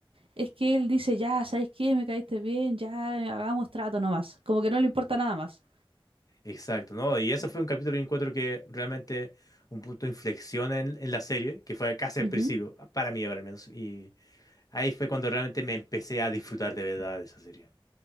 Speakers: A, on the right (about 75°); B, on the left (about 40°).
A: es que él dice, ya, ¿sabes qué? Me caíste bien, ya, eh, hagamos trato nomás. Como que no le importa nada más.
B: Exacto, ¿no? Y eso fue un capítulo de encuentro que realmente un punto de inflexión en, en la serie, que fue casi
A: Ujú.
B: al principio, para mí al menos. Y ahí fue cuando realmente me empecé a disfrutar de verdad de esa serie.